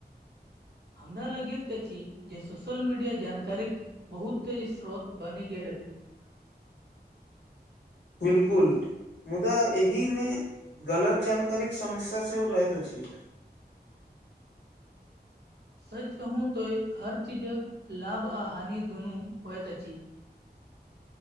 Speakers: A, on the right (about 70°); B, on the left (about 85°).
A: हमरा लगैत अछि जे सोशल मीडिया जानकारीक बहुते ई स्रोत बनि गेल अछि।
B: बिल्कुल मुदा एहिमे गलत जानकारीक समस्या सेहो रहैत अछि।
A: सच कहू तो हर चीजक लाभ आ हानि दुनू होइत अछि।